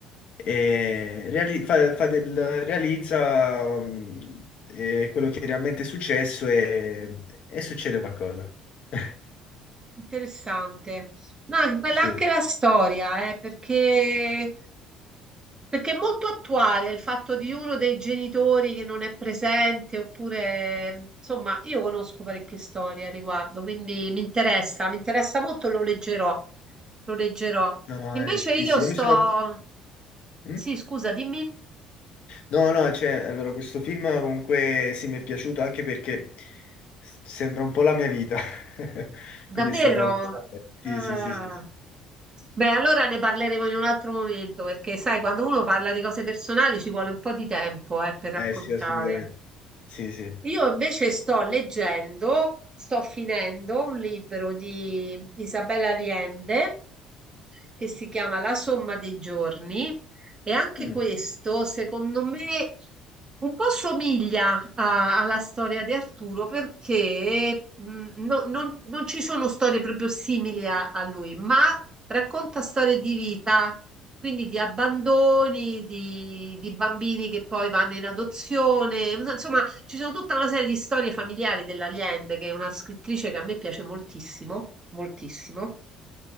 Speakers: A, on the left; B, on the right.
A: e reali- fa- fa del- realizza mm, eh, quello che realmente è successo e, e succede qualcosa. <laughs>
B: interessante. No, è bella
A: Sì,
B: anche la storia, eh, perché Perché è molto attuale il fatto di uno dei genitori che non è presente, oppure, insomma, io conosco parecchie storie a riguardo, quindi mi interessa, mi interessa molto, lo leggerò, lo leggerò.
A: no,
B: Invece
A: eh, sì,
B: io
A: sì,
B: sto...
A: io mi sono... Mm?
B: Sì, scusa, dimmi,
A: No, no, cioè, allora, questo film comunque sì, mi è piaciuto anche perché s- sembra un po' la mia vita, <laughs>
B: davvero?
A: quindi è stato un po'... Sì,
B: Ah.
A: sì, sì, sì, sì.
B: Beh, allora ne parleremo in un altro momento, perché sai, quando uno parla di cose personali ci vuole un po' di tempo, eh, per raccontare.
A: Eh sì, assolutamente. Sì, sì.
B: Io invece sto leggendo, sto finendo un libro di Isabella Allende che si chiama La somma dei giorni e anche
A: Mm.
B: questo, secondo me, un po' somiglia a- alla storia di Arturo perché mh, no- non, non ci sono storie proprio simili a, a lui, ma racconta storie di vita, quindi di abbandoni, di, di bambini che poi vanno in adozione, insomma, ci sono tutta una serie di storie familiari della Allende, che è una scrittrice che a me piace moltissimo, moltissimo.